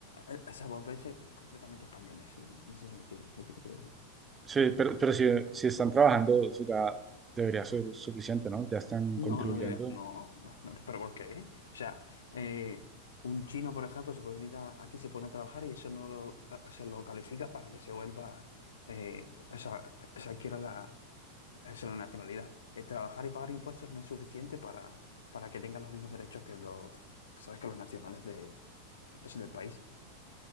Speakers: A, on the left (about 65°); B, on the right (about 20°).
A: eh, o sea, volverse completamente españoles. No sé si me entiendes lo que te quiero decir.
B: Sí, pero, pero si, si están trabajando, eso ya debería ser suficiente, ¿no? Ya están
A: No,
B: contribuyendo.
A: no diría, no, <laughs> pero ¿por qué? O sea, eh, un chino, por ejemplo, se puede venir a- aquí, se pone a trabajar y eso no lo, se lo califica para que se vuelva, eh, o sea, se adquiera la, eso es la nacionalidad. El trabajar y pagar impuestos no es suficiente para, para que tengan los mismos derechos que los, ¿sabes? que los nacionales de, eso del país.